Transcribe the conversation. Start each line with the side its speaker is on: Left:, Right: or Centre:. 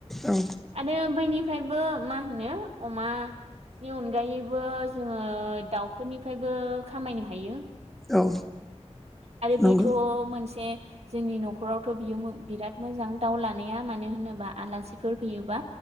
Centre: औ
Right: आरो बैनिफ्रायबो मा होनो अमानि अनगायैबो जोङो दाउफोरनिफ्रायबो खामायनो हायो।
Centre: औ
Right: आरो
Centre: नंगौ
Right: बेथ' मोनसे जोंनि न'खरावथ' बियो बिराद मोजां दाउ लानाया। मानो होनोबा आलासिफोर फैयोबा